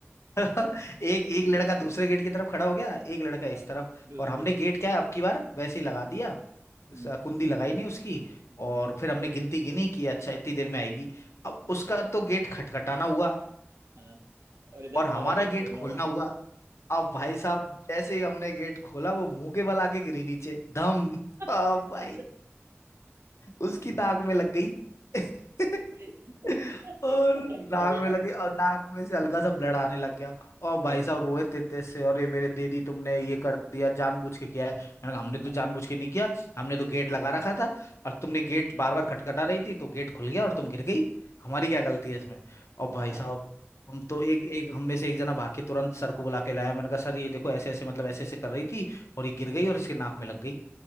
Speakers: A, on the left; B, on the right.
A: एक
B: है
A: एक लड़का दूसरे गेट की तरफ खड़ा हो गया एक लड़का इस
B: हाँ
A: तरफ
B: दूसरी
A: और हमने
B: तरफ
A: गेट क्या है अब की बार वैसे ही लगा
B: हाँ,
A: दिया
B: हम्म
A: सा- कुंडी लगाई नहीं उसकी
B: हम्म,
A: और
B: हम्म,
A: फिर हमने गिनती गिनी कि अच्छा इतनी देर में आएगी अब
B: अच्छा
A: उसका
B: अच्छा
A: तो गेट खटखटाना हुआ
B: हाँ और इधर
A: और हमारा
B: तुम्हारा गेट
A: गेट
B: खोलना
A: खोलना
B: हुआ
A: हुआ अब भाई साहब जैसे ही हमने गेट खोला वो मुंह के बल आके गिरी नीचे धम
B: <laughs>
A: अब भाई
B: अच्छा
A: उसकी नाक में लग गई <laughs>
B: <laughs>
A: और
B: माय
A: नाक
B: गॉड यार
A: में लगे और नाक में से हल्का सा ब्लड आने लग गया और भाई
B: हम्म,
A: साहब रोए थे तेज से और ये मेरे दीदी तुमने ये कर दिया जानबूझ के किया है मैंने कहा हमने तो
B: हाँ
A: जानबूझ के नहीं किया हमने तो गेट
B: हम्म,
A: लगा रखा था और तुमने
B: हम्म,
A: गेट बार बार खटखटा रही थी तो गेट खुल गया
B: हम्म,
A: और तुम गिर गई हमारी क्या गलती है इसमें और
B: हाँ
A: भाई साहब हम तो एक एक हम में से एक जना भाग के तुरंत सर को बुला के लाया मैंने कहा सर ये देखो
B: हम्म,
A: ऐसे ऐसे मतलब ऐसे ऐसे कर रही थी और ये गिर
B: हम्म,
A: गई और इसके नाक में लग गई